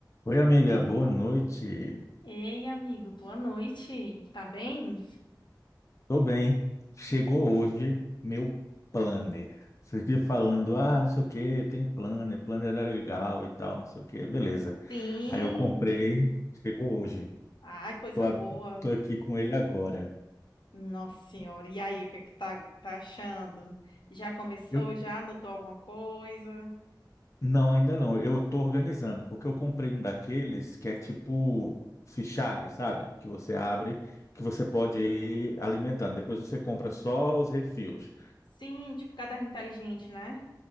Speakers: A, on the left; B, on the left.
A: Oi, amiga, boa noite.
B: Ei, amigo, boa noite. Tá bem?
A: Tô bem. Chegou hoje meu planner. Vocês viram falando, ah, não sei o que, tem um planner, planner é legal e tal, não sei o que, beleza.
B: Sim.
A: Aí eu comprei, chegou hoje.
B: Ai, coisa
A: Tô, ab-
B: boa.
A: tô aqui com ele agora.
B: Nossa Senhora. E aí, o que é que tá, tá achando? Já começou?
A: Eu,
B: Já anotou alguma coisa?
A: não, ainda não, eu tô organizando, porque eu comprei um daqueles que é tipo fichário, sabe? Que você abre, que você pode ir alimentando. Depois você compra só os refis.
B: Sim, tipo caderno inteligente, né?